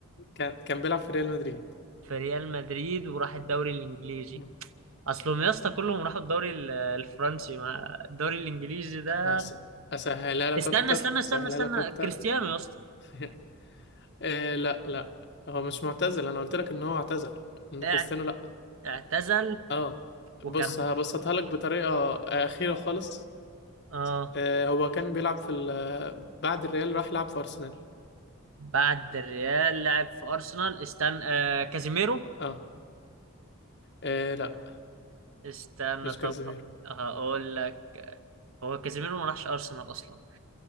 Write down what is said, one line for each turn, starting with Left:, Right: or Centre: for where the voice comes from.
Left: كان كان بيلعب في ريال مدريد
Right: في ريال مدريد وراح الدوري الانجليزي
Left: مم.
Right: اصلهم يا اسطى كلهم راحوا الدوري ال- الفرنسي مع الدوري الانجليزي ده
Left: هس... اسهلها لك
Right: استنى
Left: اكتر
Right: استنى استنى
Left: اسهلها
Right: استنى
Left: لك اكتر
Right: كريستيانو يا اسطى
Left: <laughs> إيه لا لا هو مش معتزل انا قلت لك ان هو اعتزل ان
Right: اع-
Left: كريستيانو لا
Right: اعتزل
Left: اه
Right: وكمل
Left: بص هبسطها لك بطريقه اخيره خالص
Right: اه
Left: إيه هو كان بيلعب في ال- بعد الريال راح لعب في ارسنال
Right: بعد الريال لعب في ارسنال استنى آه كازيميرو
Left: اه إيه لا
Right: استنى
Left: مش
Right: طب
Left: كازيميرو
Right: هقول لك هو كازيميرو ما راحش ارسنال اصلا